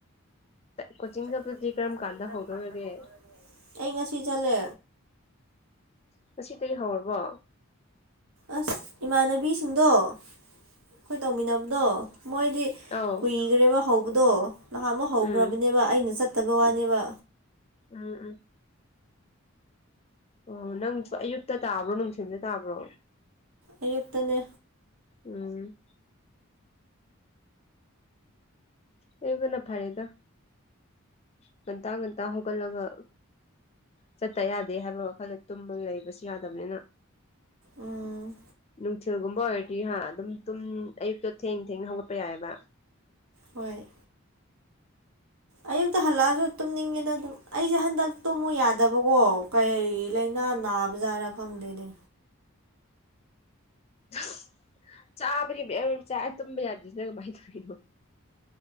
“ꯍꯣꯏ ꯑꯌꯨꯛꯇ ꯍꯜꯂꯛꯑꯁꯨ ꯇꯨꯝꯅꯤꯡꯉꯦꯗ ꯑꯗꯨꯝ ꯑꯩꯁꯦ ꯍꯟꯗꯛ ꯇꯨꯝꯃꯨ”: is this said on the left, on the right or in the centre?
Right